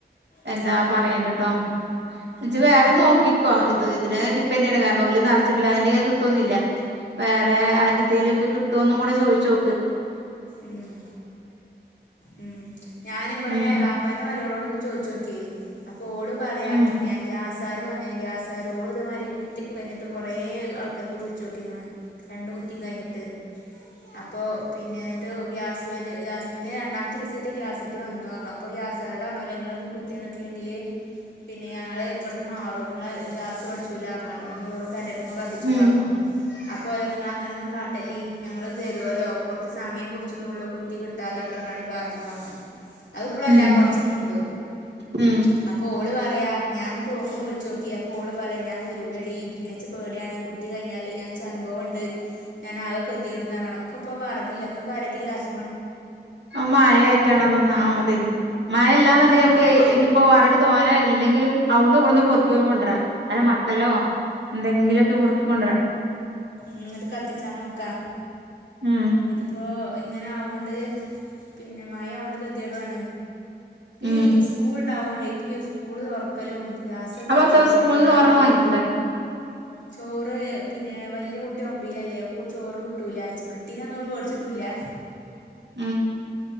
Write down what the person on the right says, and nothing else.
എന്താ പറയണ്ട് ട്ടോ ഇജ്
വേറിം നോക്കിക്കോ ഇത് ഇതിന് ഡിപൻഡെയ്യണ്ട കാരണം ഓല് നെറച്ചിട്ടില്ലാന്നിണ്ടെങ്കി അത് കിട്ടൊന്നുല്ല വേറെ ആരെ തേലൊക്കെ കിട്ടോന്നും കൂടെ ചോയെച്ചോ
ഉം
ഉം
ഉം
ഉം
ഉം
മഴ ആയിട്ടാണ് അതൊന്നാമത്. മഴല്ലാന്നുണ്ടെങ്കിൽ
നമുക്ക് ഇനിയിപ്പോ വെറക് തോനാ ഇല്ലെങ്കിലും അവിടുന്നുവിടുന്നും കൊ കൊണ്ടരാം വല്ല മട്ടലോ എന്തെങ്കിലുമൊക്കെ കൊണ്ടോരാ
ഉം
ഉം
അപ്പൊ അത്ത സ്കൂളിന്ന് ചോറെണ്ണം വാങ്ങിക്കൂടെ
ഉം